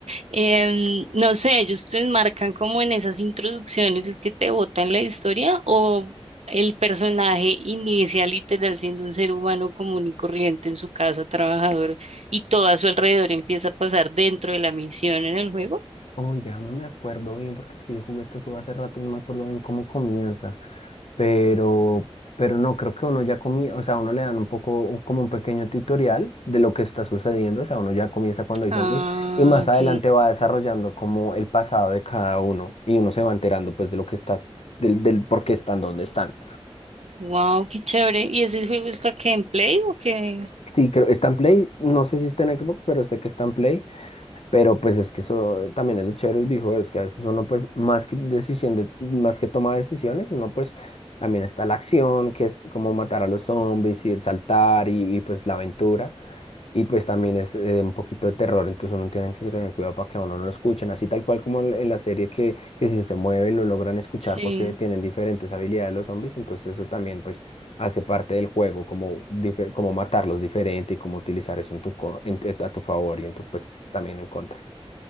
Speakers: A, on the right; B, on the left.
A: em, no sé, ellos te enmarcan como en esas introducciones, es que te botan la historia o el personaje inicia literal siendo un ser humano común y corriente en su casa trabajadora y todo a su alrededor empieza a pasar dentro de la misión en el juego.
B: Uy, déjame me acuerdo bien, porque es que yo jugué este juego hace rato y no me acuerdo bien cómo comienza. pero, pero no, creo que uno ya comía o sea, a uno le dan un poco un- como un pequeño tutorial de lo que está sucediendo, o sea, uno ya comienza cuando hay
A: Ah,
B: zombies y más
A: ok.
B: adelante va desarrollando como el pasado de cada uno y uno se va enterando pues de lo que está, del, del por qué están donde están.
A: Wow, qué chévere. ¿Y ese juego está que en Play o qué?
B: Sí, creo, está en Play, no sé si está en Xbox, pero sé que está en Play. Pero pues es que eso también es lo chévere del videojuegos, que a veces uno pues más que decisión de, más que toma decisiones, uno pues también está la acción, que es como matar a los zombies y el saltar y, y, pues la aventura. Y pues también es eh, un poquito de terror, entonces uno tiene que tener cuidado para que a uno no lo escuchen, así tal cual como en en la serie que, que si se mueve lo logran escuchar
A: Sí.
B: porque tienen diferentes habilidades los zombies, entonces eso también pues hace parte del juego, como, dife- como matarlos diferente y cómo utilizar eso en tu, co- en- a tu favor y en tu pues también en contra.